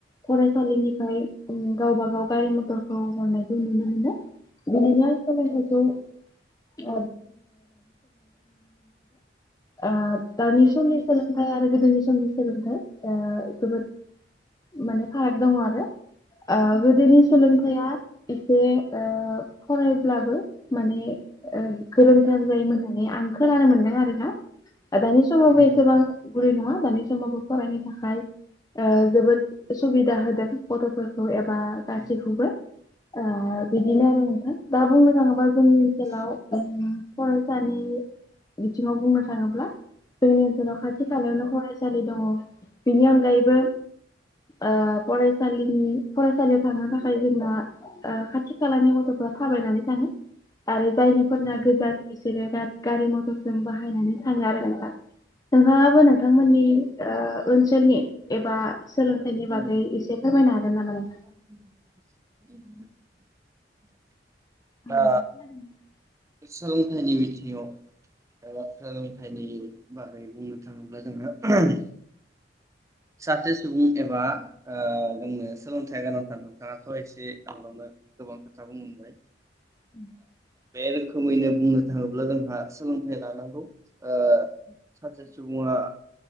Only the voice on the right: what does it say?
उम
उम उम
उम
उम
नंगौ
उम
उम
उम
उम
उम
उम
उम
<unintelligible>
दा सोलोंथाइनि बिथिङाव <unintelligible> सोलोंथायनि <unintelligible> बुंनो थाङोब्ला जोंङो <unintelligible> साते सुबुं एबा ओ जोंनो सोलोंथाइ गोनांथार नोंथाङाथ' एसे <unintelligible> गोबां खोथा बुं <unintelligible>
बे रोखोमैनो बुंनो थाङोब्ला जोंहा सोलोंथाइ लानांगौ ओ सासे सुबुङा